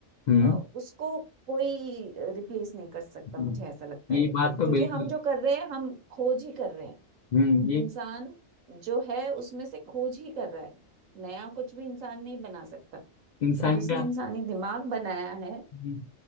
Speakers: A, on the left; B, on the right.
A: हम्म
B: अ, उसको कोई रिप्लेस नहीं कर सकता
A: हम्म।
B: मुझे ऐसा लगता
A: ये
B: है कि-
A: बात तो
B: क्योंकि
A: बिल्कुल
B: हम जो कर रहे हैं हम खोज ही कर रहे हैं
A: हम्म ये
B: इंसान जो है उसमें से खोज ही कर रहा है नया कुछ भी इंसान नहीं बना सकता
A: इंसान
B: तो जिसने
A: का
B: इंसानी दिमाग बनाया है
A: हम्म,